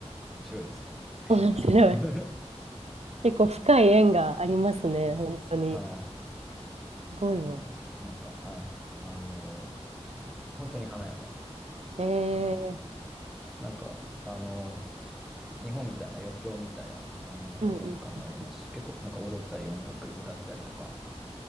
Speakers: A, in the centre; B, on the right (about 70°).
A: 面白いですよね。不思議な。
B: 面白い。
A: <laughs>
B: 結構深い縁がありますね、
A: そうそうそう、
B: 本当に。
A: はい。
B: すごいわ。
A: すごく面白い。なんか、はい、あの、本当に華やかで、
B: ええ
A: なんだろうな。なんか、あの、日本みたいな余興みたいな、あの、
B: うんうん。
A: 文化もありますし、結構なんか踊ったり音楽歌ったりとか、